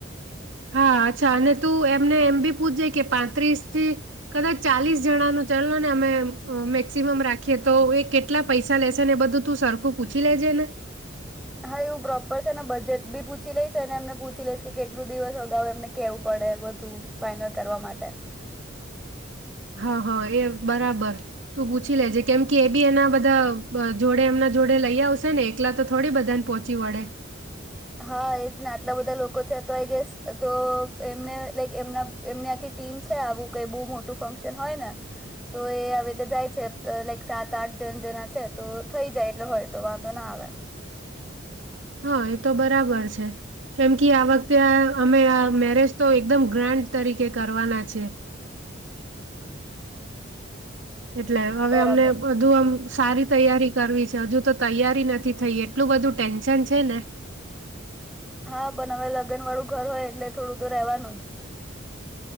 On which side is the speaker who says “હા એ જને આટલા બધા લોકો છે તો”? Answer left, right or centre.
Centre